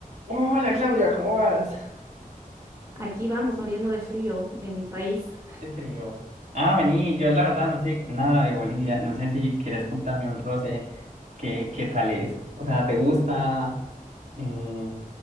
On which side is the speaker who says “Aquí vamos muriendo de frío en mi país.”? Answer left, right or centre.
Right